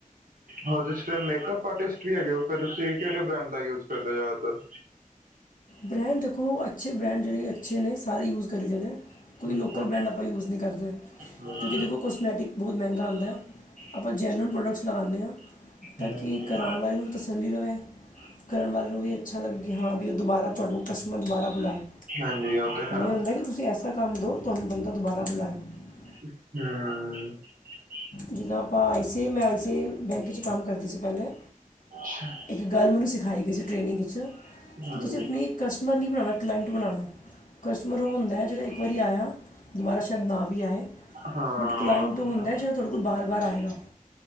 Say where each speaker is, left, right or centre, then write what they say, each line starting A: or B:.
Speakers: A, on the right (about 75°); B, on the left (about 65°).
A: ਹੋ ਤੁਸੀਂ ਫੇਰ ਮੇਕਅਪ ਆਰਟਿਸਟ ਵੀ ਹੈਗੇ ਹੋ ਫਿਰ ਤੁਸੀਂ ਕੇੜੇ ਬ੍ਰਾਂਡ ਦਾ ਯੂਜ ਕਰਦੇ ਹੋ ਜਾਦਾਤਰ
B: ਬ੍ਰੈਂਡ ਦੇਖੋ ਅੱਛੇ ਬ੍ਰੈਂਡ ਜੇੜੇ ਅੱਛੇ ਨੇ ਸਾਰੇ ਯੂਜ ਕਰੀ ਦੇ ਨੇ। ਕਿਉਂਕਿ
A: ਅੱਛਾ
B: ਲੋਕਲ ਬ੍ਰੈਂਡ ਆਪਾਂ ਯੂਸ ਨਈ ਕਰਦੇ
A: ਹਮ,
B: ਕਿਉਂਕਿ ਦੇਖੋ ਕੁਛ ਮੈਟਿਕ ਬੋਤ ਮਹਿੰਗਾ ਆਂਦਾ। ਆਪਾਂ ਜਰਨਲ ਪ੍ਰੋਡਕਟਸ ਲਗਾਣੇ ਆਂ ਤਾਂ
A: ਹਮ,
B: ਕਿ ਕਰਾਉਣ ਵਾਲੇ ਨੂੰ ਵੀ ਤਸ ਚੱਲੀ ਰਵੇ ਕਰਨ ਵਾਲੇ ਨੂੰ ਵੀ ਅੱਛਾ ਲੱਗੇ ਕਿ ਹਾਂ ਵੀ ਓ ਦੁਬਾਰਾ ਤੁਹਾਨੂੰ ਵੀ ਕਸਟਮਰ ਦੁਬਾਰਾ ਬੁਲਾਏ।
A: ਹਾਂਜੀ ਉਹ ਤੇ ਹੈ
B: ਏ ਹੁੰਦਾ ਕਿ ਤੁਸੀਂ ਐਸਾ ਕੰਮ ਦੋ ਤੁਹਾਨੂੰ ਬੰਦਾ ਦੁਬਾਰਾ ਬੁਲਾਵੇ
A: <inaudible>
B: ਜਦੋ ਆਪਾ ਆਈ ਸੀ ਆਈ ਮੈਂ ਆਈ ਸੀ ਆਈ ਬੈਂਕ 'ਚ ਕੰਮ ਕਰਦੀ ਸੀ ਪੈਲੇ
A: ਅੱਛਾ,
B: ਇੱਕ ਗੱਲ ਮੈਨੂੰ ਸਿਖਾਈ ਗਈ ਸੀ ਟ੍ਰੇਨਿੰਗ 'ਚ
A: ਹਮ,
B: ਕਿ ਤੁਸੀਂ ਆਪਣੀ ਕਸਟਮਰ ਨਈ ਬਣਾਣਾ ਕਲਾਇੰਟ ਬਣਾਉਣਾ ਕਸਟਮਰ ਓ ਹੁੰਦਾ ਜੇੜਾ ਇੱਕ ਵਾਰੀ ਆਇਆ ਦੁਬਾਰਾ ਸ਼ਾਇਦ ਨਾ ਵੀ ਆਏ।
A: ਹਾਂ ਉਹ
B: ਬਟ ਕਲਾਇੰਟ
A: ਤੇ
B: ਹੁੰਦਾ
A: ਹੈ
B: ਜੋ ਤੁਹਾਡੇ ਕੋਲ ਬਾਰ-ਬਾਰ ਆਏਗਾ